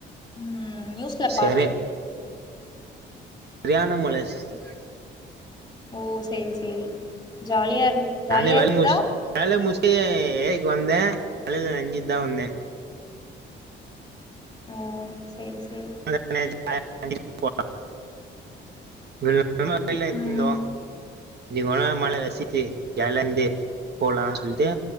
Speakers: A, on the left; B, on the right.
A: ம் நியூஸ்ல பாத்தே
B: சரி சரியாணா மழ சிஸ்டர்
A: ஓ சரி சரி ஜாலியா இருந்
B: நானே
A: ஜாலியா
B: வேல
A: இருக்குதா
B: முச்சு வேல முச்சு ஏக்கு வந்தே மழைல நனஞ்சுதா வந்தே
A: ஓ சரி சரி
B: நா நேத்து வேல முஞ்சு போ ம் சும்மா லைல இருந்தோ
A: ம்
B: இன்னைக்கு ஒன்னா மழ ரசிச்சு எழந்து போலா சொல்ட்டு